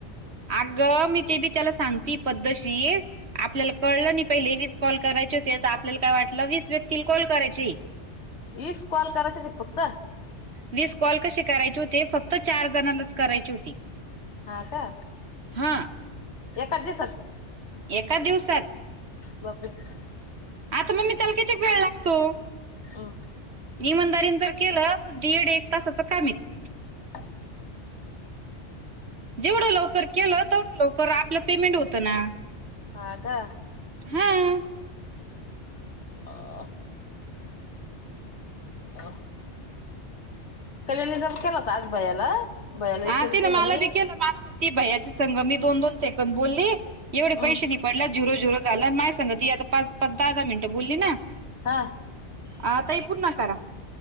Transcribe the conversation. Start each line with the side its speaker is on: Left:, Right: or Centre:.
Right: अगं मी ते बी त्याला सांगते पद्धशीर आपल्याला कळलं नायी पहिले वीस कॉल करायचे होते तर आपल्याला काय वाटलं वीस व्यक्तीला कॉल करायचे.
Left: ईस कॉल करायचचं एक फक्त?
Right: विस कॉल कशे करायचे होते फक्त चार जणांलाच करायची होती.
Left: हां कां
Right: हा
Left: एकाच दिवसात?
Right: एका दिवसात?
Left: बापेरे
Right: आता मी त्याला वेळ लागतो?
Left: हुं.
Right: इमानदारीन जर केलं तर दीड एक तासाच काम ते.
Left: हं
Right: जेवढं लवकर केलं तेवढं लवकर आपलं पेमेंट होतं नां.
Left: हां का,?
Right: हां.
Left: अ <unintelligible> अ <unintelligible> कल्याणी जर केला होता आज भैयाला. भैयाला
Right: हा
Left: विचारते
Right: ते ना मला
Left: म्हणे
Right: बी केलं, मला म्हण त भैयायाची संग मी दोन दोन सेकद बोलली एवढे
Left: हम्म
Right: पैसे नि पडला ज झुरो-झुरो झाला, माय सांग ती आता पा दहा-दहा मिनिटं बोलली ना.
Left: हा.
Right: हा ताई पूर्ण करा.